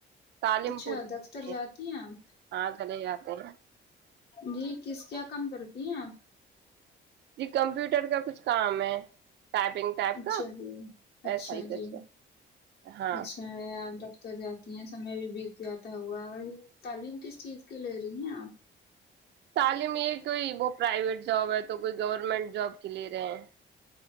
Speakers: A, on the right; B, on the left.
A: تعلیم
B: اچھا
A: پورور
B: دفتر جاتی ہیں آپ
A: ہاں چل یہ آتے
B: جی کس کیا کام کرتی ہیں آپ
A: جی کمپیوٹر کا کچھ کام ہے ٹائپنگ ٹائپ
B: اچھا
A: کا
B: جی اچھا
A: ایسا ہی کچھ
B: جی
A: ہے ہاں
B: اچھا آپ اتر جاتی ہیں سمے بھی بیت جاتا ہوا اور یہ تعلیم کس چیز کی لے رہی ہیں آپ
A: تعلیم یہ کوئی وہ پرائیویٹ جاب ہے تو کوئی گورنمنٹ جاب کی لے رہے ہیں